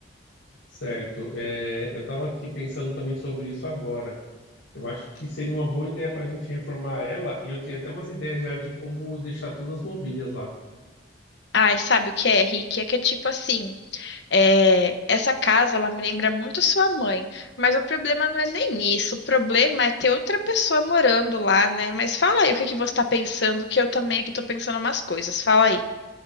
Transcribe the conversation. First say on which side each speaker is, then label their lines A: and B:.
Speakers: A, on the left; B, on the left.
A: Certo. É, eu estava aqui pensando também sobre isso agora. Eu acho que seria uma boa ideia para a gente reformar ela, e eu tinha até umas ideias já de como deixar todas as mobílias lá.
B: Ai, sabe o que é, Henrique? É que é tipo assim, É, essa casa, ela me lembra muito sua mãe, mas o problema não é nem isso, o problema é ter outra pessoa morando lá, né? Mas fala aí o que que você tá pensando, que eu também aqui tô pensando umas coisas, fala aí.